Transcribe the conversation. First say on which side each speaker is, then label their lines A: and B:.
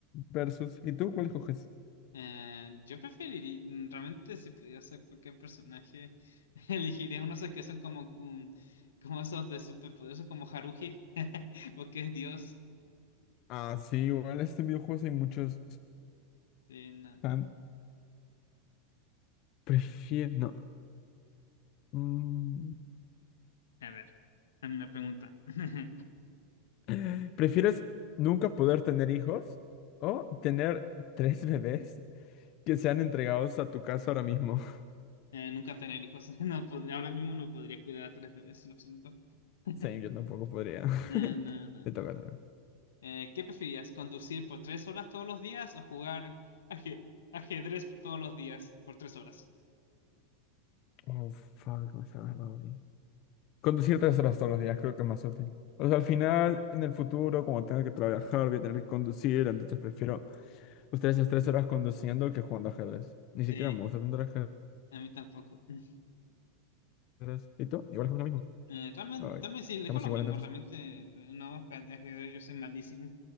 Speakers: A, on the left; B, on the left.
A: versus. ¿Y tú cuál coges?
B: Eh, yo preferiría, mm, realmente si pudiera ser cualquier personaje, <laughs> elegiría unos que son como, mm, como esos de superpoderosos como Haruhi, <laughs> porque es Dios.
A: Ah, sí, igual este videojuegos hay muchos.
B: Sí, no.
A: Tan... Prefiero. No. mm,
B: A ver, a mí me pregunta. <laughs>
A: <gasps> <laughs> ¿Prefieres nunca poder tener hijos o tener tres bebés que sean entregados a tu casa ahora mismo? <laughs>
B: Eh, nunca tener hijos. <laughs> No podría, ahora mismo no podría cuidar a tres bebés en absoluto. <laughs>
A: Sí, yo tampoco podría.
B: No,
A: <laughs>
B: no, no.
A: Te
B: no.
A: toca, te toca.
B: Eh, ¿qué preferías? ¿Conducir por tres horas todos los días o jugar aje- ajedrez todos los días por tres horas?
A: Oh, fuck, me has agarrado ahí. Conducir tres horas todos los días creo que es más útil. O sea, al final, en el futuro, como tenga que trabajar, voy a tener que conducir, entonces prefiero ustedes esas tres horas conduciendo que jugando ajedrez. Ni siquiera
B: Sí,
A: me gusta tanto el ajedrez.
B: a mí tampoco. <laughs>
A: Gracias. ¿Y tú? Igual fue lo mismo.
B: Eh, realmente,
A: Ay,
B: también sí, le
A: estamos
B: digo lo
A: igual
B: mismo.
A: entonces.
B: Realmente, eh, no, aj- ajedrez yo soy malísimo.